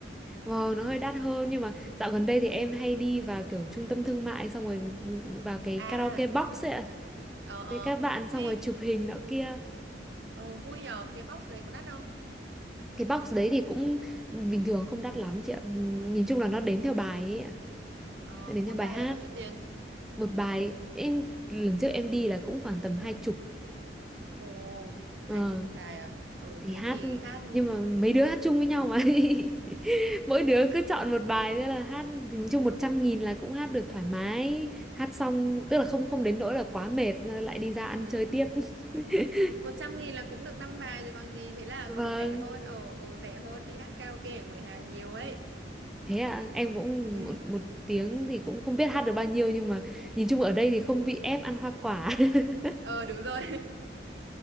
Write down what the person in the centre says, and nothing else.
Vâng, nó hơi đắt hơn nhưng mà dạo gần đây thì em hay đi vào kiểu trung tâm thương mại xong rồi ừ, vào cái
karaoke box ấy ạ.
Thì các bạn xong
rồi chụp hình nọ kia.
cái box đấy thì cũng bình thường không đắt lắm chị ạ Ừm, nhìn chung là nó đếm theo bài ấy ạ
Nó đếm
theo bài
hát
một bài em lần trước em đi là cũng khoảng tầm hai chục
Ờ,
thì
hát
nhưng mà mấy đứa hát chung với nhau mà <laughs> mỗi đứa cứ chọn một bài thế là hát thì nói chung một trăm nghìn là cũng hát được thoải mái hát xong tức là không không đến nỗi là quá mệt rồi lại đi ra ăn
chơi tiếp <laughs>
vâng
Thế à, em cũng
một, một tiếng thì cũng không biết hát được bao nhiêu nhưng mà nhìn chung ở đây thì không bị ép ăn hoa quả. <laughs>